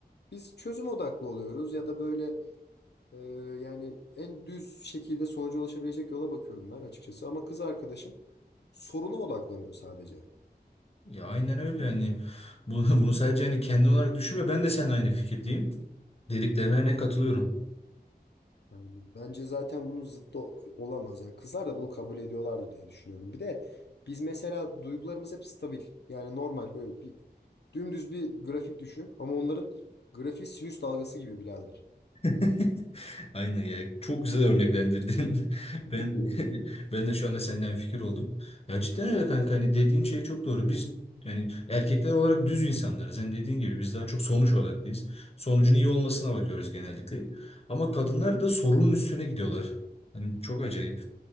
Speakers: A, on the left (about 85°); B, on the left (about 35°).
A: Biz çözüm odaklı oluyoruz ya da böyle ee, yani en düz şekilde sonuca ulaşabilecek yola bakıyorum ben açıkçası. Ama kız arkadaşım soruna odaklanıyor sadece.
B: Ya aynen öyle yani. bunu, <laughs> bunu sadece hani kendin olarak düşünme ben de seninle aynı fikirdeyim. Dediklerine ne katılıyorum.
A: Yani bence zaten bunun zıttı o- olamaz. Yani kızlar da bunu kabul ediyorlardır diye düşünüyorum. Bir de biz mesela duygularımız hep stabil. Yani normal böyle bir dümdüz bir grafik düşün. Ama onların grafiği sinüs dalgası gibi birader.
B: <laughs> Aynen ya. Çok güzel örneklendirdin. <laughs> Ben
A: <laughs>
B: de, <laughs> ben de şu anda senden fikir oldum. Ya cidden öyle kanka hani dediğin şey çok doğru. Biz yani erkekler olarak düz insanlarız. Hani dediğin gibi biz daha çok sonuç odaklıyız. Sonucun iyi olmasına bakıyoruz genellikle. Ama kadınlar da sorunun üstüne gidiyorlar. Hani çok acayip.